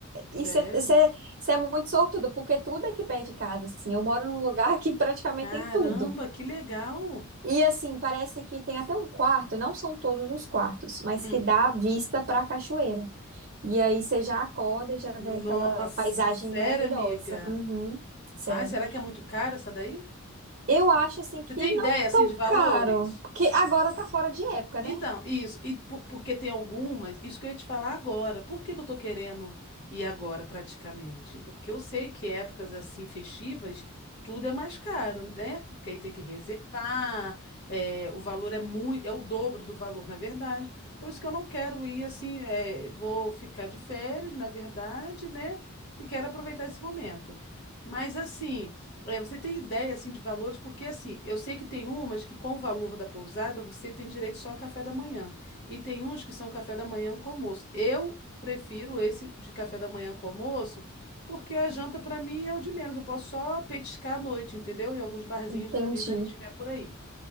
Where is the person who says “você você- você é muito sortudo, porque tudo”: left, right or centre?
Right